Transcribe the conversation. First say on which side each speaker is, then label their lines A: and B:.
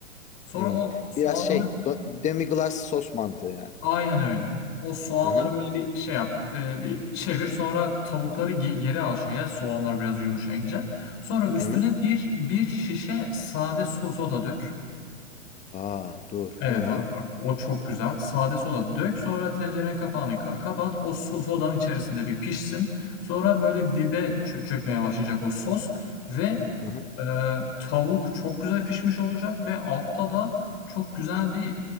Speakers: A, on the left; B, on the left.
A: Sonra
B: hı.
A: o soğanları
B: Biraz şey do- demi glace sos mantığı yani.
A: Aynen öyle. O soğanları
B: Hı hı.
A: böyle bir şey yap, e, bir çevir. Sonra tavukları ge- geri al şeye, soğanlar biraz yumuşayınca. Sonra üstüne
B: Hı hı.
A: bir bir şişe sade so- soda dök.
B: Aa dur.
A: Evet
B: Hı hı.
A: abi bak o çok güzel. Sade soda dök sonra tencerenin kapağını ka- kapat. O so- sodanın içerisinde bir pişsin. Sonra böyle dibe çö- çökmeye başlayacak o sos. Ve
B: Hı hı.
A: e, tavuk çok güzel pişmiş olacak. Ve altta da çok güzel bir